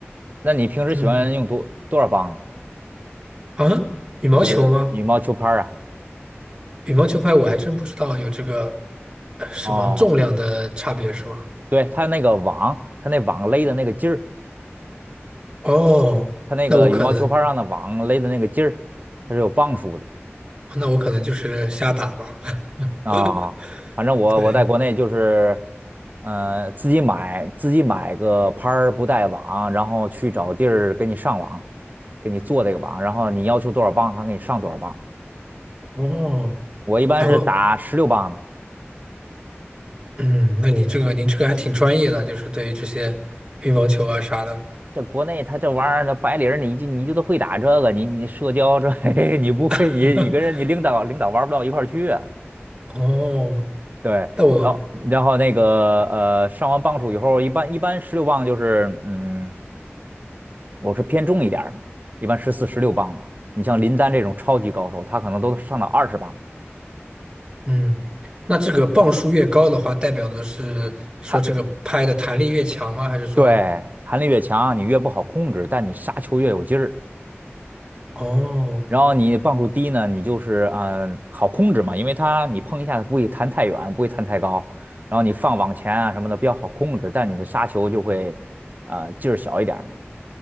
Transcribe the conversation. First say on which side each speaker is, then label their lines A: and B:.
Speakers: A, on the right; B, on the right.
A: 那你平时喜欢用多多少磅呢？
B: 嗯啊，羽毛球吗？
A: 就是羽毛球拍儿啊？
B: 羽毛球拍我还真不知道有这个呃什么重量的差别是吗？
A: 哦，对，它那个网，它那网勒的那个劲儿，
B: 哦，
A: 它那个羽毛球拍儿上的网勒的那个劲儿，
B: 那我可能，
A: 它是有磅数的。
B: 那我可能就是瞎打吧。
A: 啊，
B: <laughs>
A: 反正我我在国内就是，
B: 对，
A: 呃，自己买自己买个拍儿不带网，然后去找地儿给你上网，给你做这个网，然后你要求多少磅，他给你上多少磅。
B: 哦，
A: 我一般是打十六磅的，
B: 还会，嗯，那你这个您这个还挺专业的，就是对于这些羽毛球啊啥的。
A: 这国内他这玩意儿，那白领儿你就你就都会打这个，你你社交这 <laughs> 你不会，
B: <laughs>
A: 你你跟人你领导领导玩不到一块儿去啊
B: 哦，
A: 对，
B: 那我，
A: 然后然后那个呃，上完磅数以后，一般一般十六磅就是嗯。我是偏重一点儿嘛，一般十四、十六磅嘛。你像林丹这种超级高手，他可能都上到二十磅。
B: 嗯，那这个磅数越高的话，
A: 哎
B: 代表的是说这个拍的弹力越强吗？
A: 他
B: 还是说，
A: 对弹力越强，你越不好控制，但你杀球越有劲儿。
B: 哦，
A: 然后你磅数低呢，你就是嗯好控制嘛，因为它你碰一下它不会弹太远，不会弹太高。然后你放网前啊什么的比较好控制，但你的杀球就会啊、劲儿小一点儿嘛。